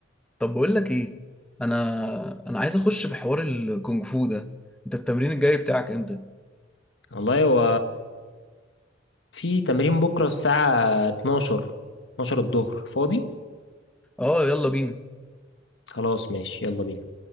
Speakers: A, in the centre; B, on the left.
A: طب بقول لك ايه انا انا عايز اخش في حوار الكونغ فو ده انت التمرين الجاي بتاعك امتى
B: والله هو في تمرين بكرة الساعة 12 12 الظهر فاضي
A: اه يلا بينا
B: خلاص ماشي يلا بينا